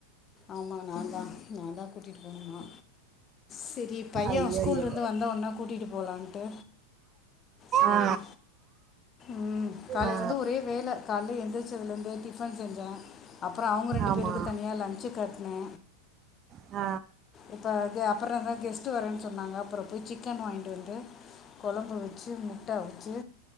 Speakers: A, on the left; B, on the right.
A: ஆமா நான்தா நா தா கூட்டிட்டு போனுமா செரி பைய
B: ஐயையோ
A: ஸ்கூல்ல இருந்து வந்த உடனே கூட்டிட்டு போகலான்ட்டு செரி
B: ஆ
A: ம் காலைல
B: ஆ
A: இருந்து ஒரே வேல காலைல எந்திரச்சதுல இருந்து டிபன் செஞ்சே அப்புறோ அவங்க ரெண்டு
B: ஆமா
A: பேருக்கு தனியா லன்ச்சு கட்னே
B: ஆ
A: இப்ப தே அப்புறதா கெஸ்ட்ட் வரேன்னு சொன்னாங்க அப்புறோ போய் சிக்கன் வாங்கிட்டு வந்து கொழம்பு வெச்சு முட்ட அவுச்சு